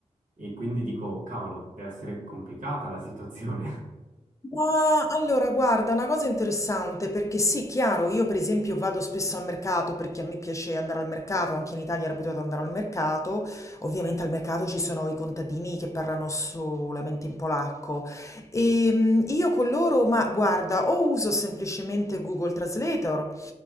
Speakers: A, on the right; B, on the left.
A: E quindi dico, cavolo, deve essere complicata la situazione. <laughs>
B: Ma allora, guarda, una cosa interessante perché sì, chiaro, io per esempio vado spesso al mercato perché a me piace andare al mercato, anche in Italia ero abituata ad andare al mercato, ovviamente al mercato ci sono i contadini che parlano solamente in polacco e mm, io con loro, ma guarda, o uso semplicemente Google Translator